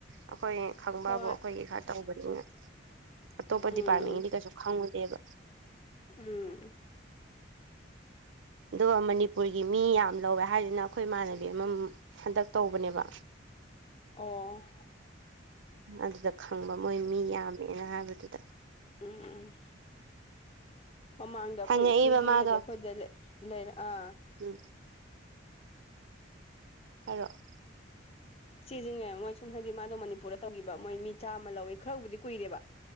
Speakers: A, on the right; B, on the left.
A: ꯑꯩꯈꯣꯏ ꯈꯪꯕꯕꯨ
B: ꯍꯣꯏ
A: ꯑꯩꯈꯣꯏꯒꯤ ꯈꯔ ꯇꯧꯕꯅꯤꯅ ꯑꯇꯣꯞꯄ
B: ꯎꯝ
A: ꯗꯤꯄꯥꯔꯠꯃꯦꯟꯒꯤꯗꯤ ꯀꯩꯁꯨ ꯈꯪꯉꯨꯗꯦꯕ
B: ꯎꯝ
A: ꯑꯗꯨꯒ ꯃꯅꯤꯄꯨꯔꯒꯤ ꯃꯤ ꯌꯥꯝ ꯂꯧꯋꯦ ꯍꯥꯏꯁꯤꯅ ꯑꯩꯈꯣꯏ ꯏꯃꯥꯟꯅꯕꯤ ꯑꯃ ꯍꯟꯗꯛ ꯇꯧꯕꯅꯦꯕ
B: ꯑꯣ
A: ꯑꯗꯨꯗ ꯈꯪꯕ ꯃꯣꯏ ꯃꯤ ꯌꯥꯝꯃꯦꯅ ꯍꯥꯏꯕꯗꯨꯗ
B: ꯎꯝ ꯎꯝ ꯃꯃꯥꯡꯗ ꯑꯩꯈꯣꯏ
A: ꯍꯪꯉꯛꯏꯕ
B: ꯏꯆꯦꯁꯤꯡ
A: ꯃꯥꯗꯣ
B: ꯍꯥꯏꯗꯤ ꯑꯩꯈꯣꯏꯗ ꯂꯩꯔ ꯑꯥ
A: ꯎꯝ ꯍꯥꯏꯔꯛꯑꯣ
B: ꯏꯆꯦꯁꯤꯡꯅꯦꯕ ꯃꯣꯏ ꯁꯨꯝ ꯍꯥꯏꯗꯤ ꯃꯥꯗꯣ ꯃꯅꯤꯄꯨꯔꯗ ꯇꯧꯈꯤꯕ ꯃꯣꯏ ꯃꯤ ꯆꯥꯃ ꯂꯧꯋꯤ ꯈꯔꯕꯨꯗꯤ ꯀꯨꯏꯔꯦꯕ